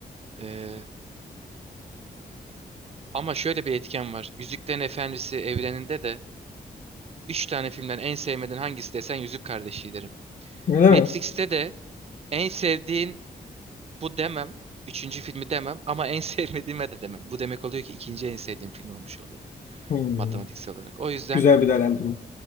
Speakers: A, on the right; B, on the left.
A: Ee, ama şöyle bir etken var. Yüzüklerin Efendisi evreninde de üç tane filmden en sevmediğin hangisi desen Yüzük Kardeşi derim.
B: Öyle
A: Matrix'te
B: mi?
A: de en sevdiğin Bu demem. Üçüncü filmi demem ama en <laughs> sevmediğime de demem. Bu demek oluyor ki ikinci en sevdiğim film olmuş oluyor
B: Hmm,
A: matematiksel olarak. O yüzden
B: Güzel bir değerlendirme.